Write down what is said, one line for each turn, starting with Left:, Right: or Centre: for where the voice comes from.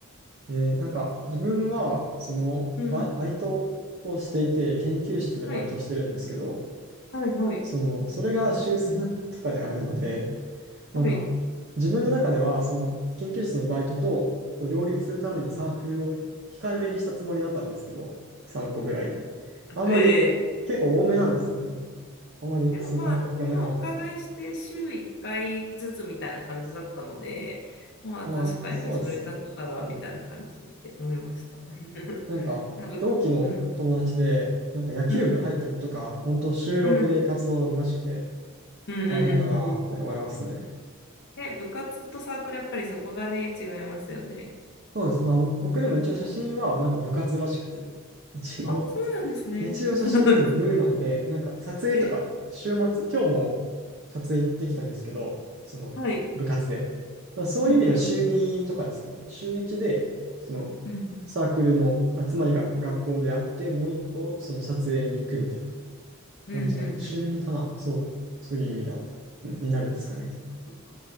Right: えーなんか、
Left: そうですね。
Right: 自分は、
Left: うん
Right: その、
Left: うんうん
Right: バイ、バイトをしていて、研究室でバイトしてるんですけど、
Left: はい、はい、はい、
Right: その、それが週3とかであるので、なんか、
Left: はい。
Right: 自分の中では、その研究室のバイトとこう両立するためにサークルを控えめにしたつもりだったんですけど、3個ぐらいで。あんまり、
Left: <laughs> ええ
Right: 結構多めなんですね。なんか、あんまりそういう感覚がなかったんで。
Left: でもまあ、今お伺いして週1回ずつみたいな感じだったので、まあ確かにそれだったらみたいな感じで思いました。
Right: まあ、そうですよね。はい。
Left: <laughs>
Right: なんか、
Left: なんかぶ、
Right: 同期の友達で、
Left: うん、
Right: なんか野球部入った子とか、
Left: うん、
Right: 本当週録で活動あるらしくて、
Left: うん、うん、うん、うん、
Right: 大変だなって思いますね。
Left: うんうん。ね、部活とサークルやっぱりそこがね、違いますよね。
Right: そうですね。まあぼ僕でも一応写真はなんか部活らしくて、一応
Left: あ、そうなんですね。
Right: 一応写真部なんで、
Left: <laughs>
Right: なんか撮影とか、
Left: ええ、
Right: 週末、今日も撮影行ってきたんですけど、その部活で。
Left: はい。
Right: まあそういう意味では週2とかですかね。
Left: うん、うん、
Right: 週1で、その
Left: うん、うん、
Right: サークルの集まりが学校であって、もう一個その撮影に行くみたいな感じなんで、
Left: うん、うん、
Right: 週2かな。
Left: うん
Right: そうか、そういう意味では、うんになるんですかね。
Left: そっかそっか。